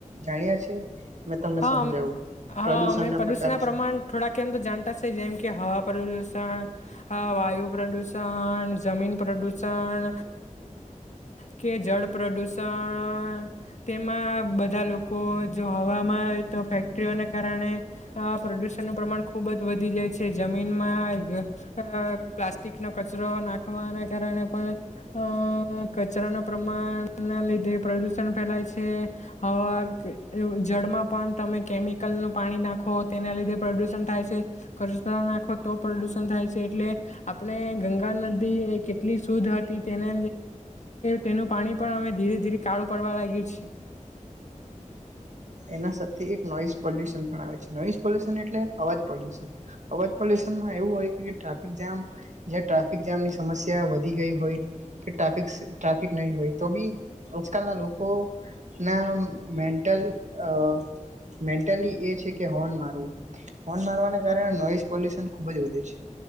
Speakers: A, on the right; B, on the left.
A: જાણ્યા છે. મેં તમને
B: હા,
A: સમજાવું
B: હા
A: પ્રદુષણના
B: અમે પ્રદુષણ
A: પ્રકારો
B: ના પ્રમાણ
A: શું?
B: થોડાક એમ તો જાણતા છે, જેમ કે. કે હા, પારડુસન્દ. આ વાયુ પ્રદૂષણ. જમીન પ્રદુષણ કે, જળ પ્રદુષણ તેમાં બધા લોકો, જો હવા. તો ફેક્ટરીઓને કારણે પ્રદુષણ નું પ્રમાણ ખુબજ વધી જાય છે, જમીનમાં પ્લાસ્ટિક નો કચરો નાખવાના કારણે પણ અ કચરા ન પ્રમાણ ના લીધે પ્રદુષણ ફેલાય છે હવા. જળમાં પણ તમે કેમિકલનું પાણી નાખો તેના લીધે પ્રદુષણ થાય છે, ખચ નાખો તો પ્રદુષણ થાય છે, એટલે આપણે ગંગા નદી એ કેટલી શુદ્ધ હતી તેને તેનું પાણી પણ અમે, ધીરે ધીરે કાળું પડવા લાગ્યું છે.
A: એના સાથે એક નોઈઝ પોલ્યુશન પણ આવે છે, નોઈઝ પોલ્યુશન એટલે અવાજ પોલ્યુશન અવાજ પોલ્યુશનમાં એવું, હોય કે ટ્રાફિક જામ જ્યાં ટ્રાફિક જામની સમસ્યા વધી, ગઈ હોય, કે ટ્રાફિક. ટ્રાફિક નહીં હોય, તો બી. આજકાલ ના લોકો ના મે ટલ અહ મેન્ટલી એ છે કે હોર્ન મારવો. હોર્ન મારવાના કારણે નોઈસ પોલ્યુશન ખુબ જ વધે છે.